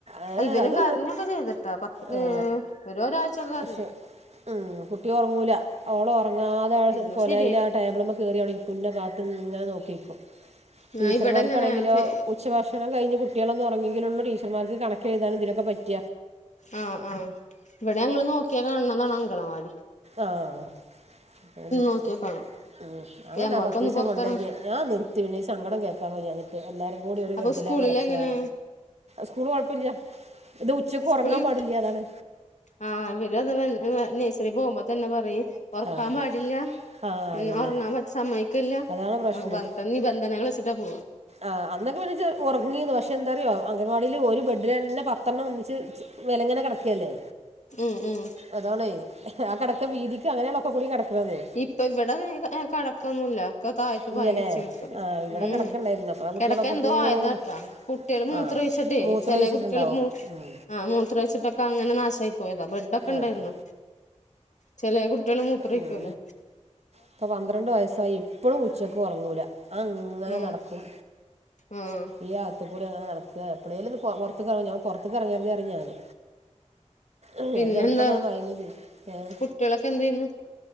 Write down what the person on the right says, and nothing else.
ഏ
അത്
ആ
പക്ഷെ ഉം കുട്ടി ഒർങ്ങൂല ഓള് ഒർങ്ങാ അതായത്
കൊലയിലെ
ആ ടേബിൾമ്മ കേറി അവ്ടെ ഇരിക്കും ഇന്നെ കാത്ത് ഇങ്ങനെ നോക്കിക്കും. ടീച്ചർമാർക്കാണെങ്കിലോ
ഉച്ചഭ ഭക്ഷണം കഴഞ് കുട്ടികളൊന്ന എല്ലാംകഴിഞ്ഞ് കുട്ടികൾ ഒന്ന് ഉറങ്ങങ്കിലുള്ളൂ ടീച്ചർമാർക്ക് കണക് ചെയ്താനും ഇതിനോക്കെ ഒന്ന് പറ്റ
ആഹ് അതന്നെ
ഉം
അങ്ങനെ
ന്നെ പത്തീസം
കൊണ്ടേക്കി ഞാൻ നിർത്തി പിന്ന സങ്കടം കേൾക്കാൻ വയ്യാഞ്ഞിട്ട് എന്നിട്ട് എല്ലാരും കൂടി ഒരു
ബേഡിലാ
കിടക്കാ.
സ്കൂൾ കുഴപ്പമില്ല ഇനിറ്റ് ഉച്ചക്ക്
ഉറങ്ങാൻ പാടില്ല അതാണ്.
ആഹ്
ആഹ് അതന്നെ
അതാണ് പ്രശ്നം
ആഹ് അന്നൊക്കെ വി ഉറങ്ങിന്ന പക്ഷെ എന്താറിയോ അംഗൻവാടിൽ ഒരു ബെഡ് തന്നെ പത്തെണ്ണം ഒന്നിച്ച്. ഇങ്ങനിങ്ങനെ കിടക്കല്ലേ.
അതാണേ ആ കിടക്കൻ വീതിക്ക് അങ്ങനെയാണ ഒക്കെ കൂടി കിടക്കണത്.
ഇല്ലല്ലേ
ആഹ് ഇവിടെ
കിടക്കണ്ടായിരുന്നു അപ്പൊ ആ കുട്ടികളൊക്കെ
കൂടെ
ഒരു
ആഹ് മൂത്രൊഴിച്ചിട്ടുണ്ടാവും
ഉം
ആഹ്
ഉം ഇപ്പൊ പന്ത്രണ്ട് വയസ്സായി ഇപ്പഴും ഉച്ചക്ക് ഒറങ്ങൂല അ അങ്ങനെ
നടക്കും.
ഈ അകത്ത് കൂടെ അങ്ങനെ നടക്ക എപ്ലളേലുംന്ന് പൊർത്ത് ഇറങ്ങ ഞാൻ പൊർത്ത്ക്കർങ്ങര് തേ പറിം ഞാന്. ഇല്ല
ചെലപ്പം ന്നാ മഴയ്ത തേ ഏഹ്